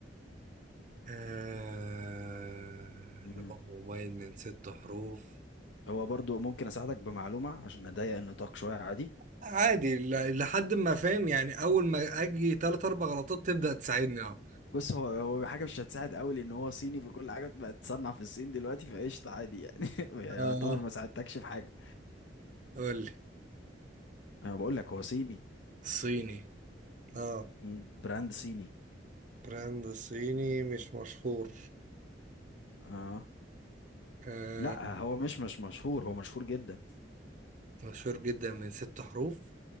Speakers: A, on the right; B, on the left.
A: آه
B: مم.
A: نوع موبايل من ست حروف
B: هو برضو ممكن اساعدك بمعلومه عشان اضيق النطاق شويه عادي
A: عادي ل- لحد ما فاهم يعني اول ما اجي تلات اربع غلطات تبدأ تساعدني اه
B: بص هو هو حاجه مش هتساعد قوي لان هو صيني فكل حاجه بقت تصنع في الصين دلوقتي فقشطه عادي يعني <laughs> يعني
A: اه
B: يعتبر ما ساعدتكش في حاجه
A: قول لي
B: انا بقول لك هو صيني
A: صيني اه
B: مم. براند صيني
A: براند صيني مش مشهور
B: اه
A: آه
B: لا هو مش مش مشهور هو مشهور جدا
A: مشهور جدا من ست حروف